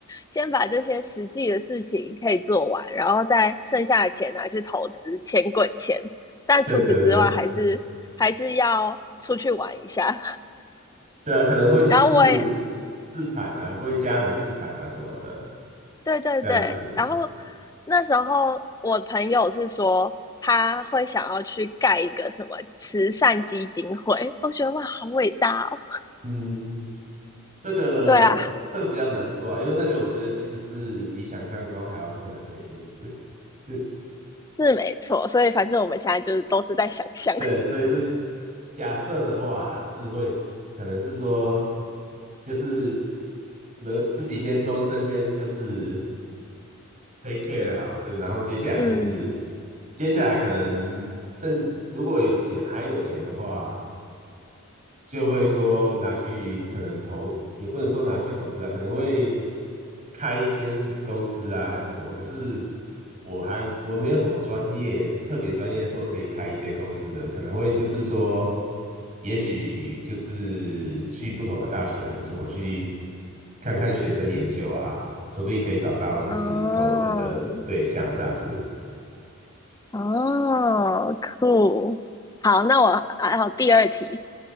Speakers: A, on the left; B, on the right.
A: 先把这些实际的事情可以做完，然后再剩下的钱拿去投资，钱滚钱。但除此之外，
B: 对对对。
A: 还是还是要出去玩一下。
B: 对啊，可能会就是自产啊，
A: <laughs> 然后我也
B: 为家人自产啊什么的，
A: 对对对，
B: 这样子。
A: 然后那时候我朋友是说他会想要去盖一个什么慈善基金会，我觉得哇，好伟大哦！
B: 嗯，这个这个比较难说啊，
A: 对啊，
B: 因为那个我觉得其实是比想象中还要困难的一件事。<laughs>
A: 是没错，所以反正我们现在就是都是在想象，
B: 对，所以是假设的话啦，是会可能是说，就是能自己先终身先就是 take care 好，就然后接下来就是
A: <laughs> 嗯，
B: 接下来可能甚如果有钱还有钱的话。就会说拿去可能投资，也不能说拿去投资啊，可能会开一间公司啊，还是什么。可是我还我没有什么专业，特别专业说可以开一些公司的，可能会就是说，也许就是去不同的大学还是什么去看看学生研究啊，说不定可以找到就是投资的对象这样子。
A: 哦哦，酷，好，那我还有第二题，